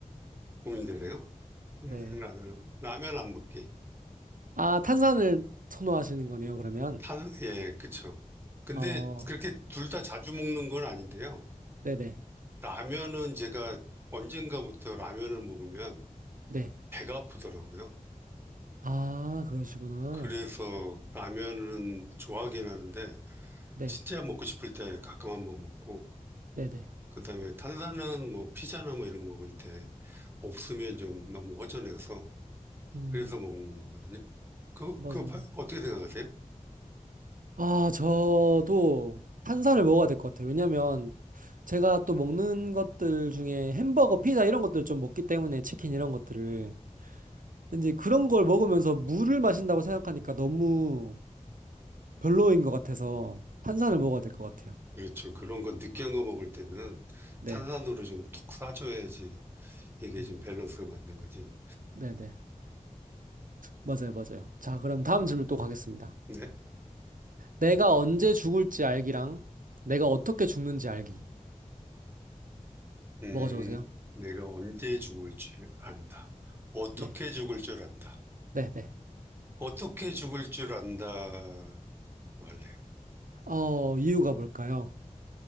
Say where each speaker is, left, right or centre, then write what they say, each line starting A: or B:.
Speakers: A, on the right; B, on the right.
A: 고민되네요. 평생
B: 네.
A: 라면, 라면 안 먹기.
B: 아, 탄산을 선호하시는 거네요, 그러면.
A: 탄, 예, 그쵸. 근데
B: 어,
A: 그렇게 둘 다 자주 먹는 건 아닌데요.
B: 네네. 네.
A: 라면은 제가 언젠가부터 라면을 먹으면
B: 네. 네.
A: 배가 아프더라고요.
B: 아, 그러시구나.
A: 그래서 라면은 좋아하긴 하는데
B: 네,
A: 진짜 먹고 싶을 때 가끔 한번 먹고
B: 네네.
A: 그다음에 탄산은 뭐 피자나 뭐 이런 거 먹을 때 없으면 좀 너무 허전해서
B: 음,
A: 그래서 먹는 거거든요. 그,
B: 맞아요.
A: 그 바- 어떻게 생각하세요?
B: 아, 저도 탄산을 먹어야 될 것 같아요. 왜냐면 제가 또 먹는 것들 중에 햄버거, 피자 이런 것들을 좀 먹기 때문에 치킨 이런 것들을. 근데 이제 그런 걸 먹으면서 물을 마신다고 생각하니까 너무 별로인 것 같아서 탄산을 먹어야 될 것 같아요.
A: 그렇죠. 그런 거 느끼한 거 먹을 때는
B: 네.
A: 탄산으로 좀 톡 싸줘야지 이게
B: 음,
A: 좀 밸런스가 맞는 거지.
B: 네네. 맞아요, 맞아요. 자, 그럼 다음 질문 또 가겠습니다.
A: 네.
B: 내가 언제 죽을지 알기랑 내가 어떻게 죽는지 알기.
A: 음,
B: 뭐가 좋으세요?
A: 내가 언제 죽을 줄 안다. 어떻게
B: 네.
A: 죽을 줄 안다.
B: 네네.
A: 어떻게 죽을 줄 안다로 할래요.
B: 어, 이유가 뭘까요?